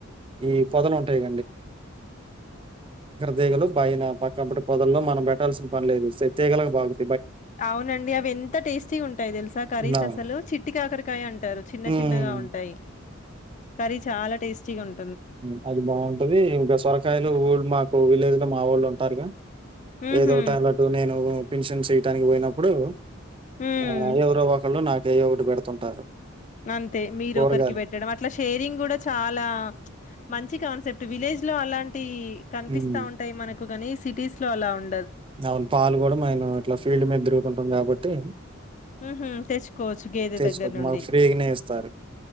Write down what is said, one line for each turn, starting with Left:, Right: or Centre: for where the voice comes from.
Right: ఈ పొదలుంటాయి దేగలు బైన పక్కటి పొదల్లో మనం పెట్టాల్సిన పనిలేదు సేతీగాల బాగుంది
Left: అవునండి అవి ఎంత టేస్టీ ఉంటాయి తెలుసా కర్రీస్
Right: నా
Left: అసలు చిట్టి కాకరకాయ అంటారు చిన్న
Right: ఉమ్,
Left: చిన్నగా ఉంటాయి కర్రీ చాలా టేస్ చిగున్
Right: ఉ అది బాగుంటది ఇంకా సొరకాయలు ఊ మాకు లేదు మా ఊళ్ళు ఉంటారుగా
Left: ఉహు
Right: ఏదో టై టు నేను పిన్షన్ చేయటానికి పోయిన ఇప్పుడు
Left: ఉమ్
Right: ఆ ఎవరువ్వకల్ నా ఏయో ఒకటి పెడుతుంటారు
Left: అంతే మీరు
Right: కూరగాయలు
Left: ఒకరికి పెట్టడం అట్లా షేరింగ్ కూడా చాలా మంచి కాన్సెప్ట్ విలేజ్ లో అలా టి కనిపిస్తా
Right: ఉమ్,
Left: ఉంటాయి మనకు ఎక్గాని సిటీస్ లో అలా ఉం
Right: అవు పాలు కూడా మే ఇట్లా ఫీల్డ్ మీద తిరుగుతుంటాం కాబట్టి తె
Left: ఊహు తెచ్చుకోవచ్చు గేదె
Right: చేసుకోవచ్చు
Left: దగ్గర నుండి
Right: మాకు ఫ్రీగానే ఇస్తారు